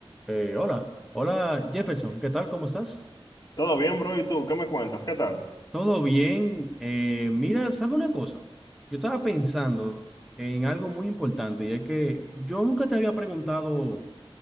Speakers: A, in the centre; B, on the left.
A: Eh, hola, hola Jefferson, ¿qué tal? ¿Cómo estás?
B: Todo bien, bro. ¿Y tú qué me cuentas? ¿Qué tal?
A: ¿Todo bien? Eh, mira, ¿sabe una cosa? Yo estaba pensando en algo muy importante y es que yo nunca te había preguntado